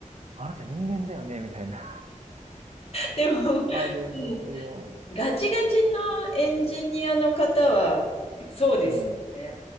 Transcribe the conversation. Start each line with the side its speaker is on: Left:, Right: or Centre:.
Right: あなた人間だよね、みたいな。
Left: でも、
Right: <laughs> あるんですよ。
Left: うん、ガチガチのエンジニアの方は、そうですよね。
Right: うん。